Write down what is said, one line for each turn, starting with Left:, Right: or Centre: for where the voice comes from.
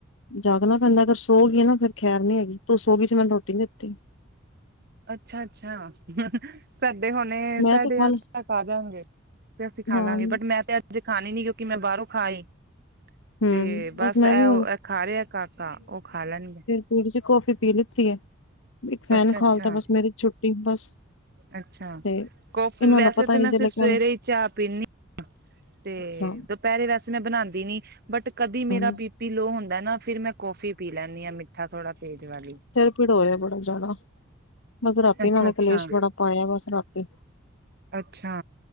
Left: ਜਾਗ ਨਾ ਪੈਂਦਾ ਅਗਰ ਸੋ ਗਈ ਨਾ ਫਿਰ ਖੈਰ ਨੀ ਹੈਗੀ ਤੂੰ ਸੋ ਗਈ ਸੀ ਮੈਨੂੰ ਰੋਟੀ ਨ ਦਿੱਤੀ।
Right: ਅੱਛਾ ਅੱਛਾ ਕਰਦੇ ਹੁਣੇ
Left: ਮੈਂ
Right: ਸਾਡੇ
Left: ਤੇ ਖਾ ਲ
Right: ਅੱਜ ਤੱਕ ਆ ਜਾਗੇ ਤੇ ਅਸੀਂ ਖਾ
Left: ਹਾਂ
Right: ਲਵਾਂਗੇ ਬਟ ਮੈਂ ਤੇ ਅੱਜ ਅੇ ਖਾਣੀ ਨੀ ਕਿਉਕਿ ਮੈਂ ਬਾਰੋ ਖਾਈ ਆਈ
Left: ਹਮ
Right: ਤੇ ਬਸ
Left: ਮੈਂ
Right: ਇਹ
Left: ਵੀ ਹੁਣ
Right: ਉਹ ਇਹ ਖਾ ਰਿਹਾ ਕਾਕਾ ਉਹ ਖਾ ਲੈਣਗੇ
Left: ਵੈਸੇ ਕਫੀ ਪੀ ਲਿੱਤੀ ਹੈ ਇੱਕ ਫੈਨ
Right: ਅੱਛਾ
Left: ਖਾਓ
Right: ਅੱਛਾ
Left: ਤੇ ਬਸ ਮੇਰੀ ਛੁੱਟੀ ਬਸ
Right: ਅੱਛਾ
Left: ਤੇ
Right: ਕਫੀ
Left: ਇਹਨਾਂ
Right: ਵੈਸੇ
Left: ਦਾ ਪਤਾ
Right: ਤਾਂ
Left: ਨੀ
Right: ਮੈਂ
Left: ਜੇ ਲੱਗਿਆ
Right: ਸਿਰਫ ਸਵੇਰੇ ਹੀ ਚਾਹ ਪੀਂਨੀ ਤੇ
Left: ਅੱਛਾ
Right: ਦੁਪਹਿਰੇ ਵੈਸੇ ਮੈਂ ਬਣਾਉਂਦੀ ਨੀ ਬਟ ਕਦੀ
Left: ਹਾਂ
Right: ਮੇਰਾ ਬੀਪੀ ਲੋਹ ਹੁੰਦਾ ਨਾ ਫਿਰ ਮੈਂ ਕੋਫੀ ਪੀ ਲੈਂਦੀ ਆਾਂ ਮਿੱਠਾ ਥੋੜਾ ਤੇਜ਼ ਵਾਲੀ
Left: ਫਿਰ ਰੋਇਆ ਬੜਾ ਜਿਆਦਾ ਬਸ ਰਾਤੀ
Right: ਅੱਛਾ
Left: ਨਾਲ ਨੇ
Right: ਅੱਛਾ
Left: ਕਲੇਸ਼ ਬੜਾ ਪਾਇਆ ਬਸ ਰਾਤੀ
Right: ਅੱਛਾ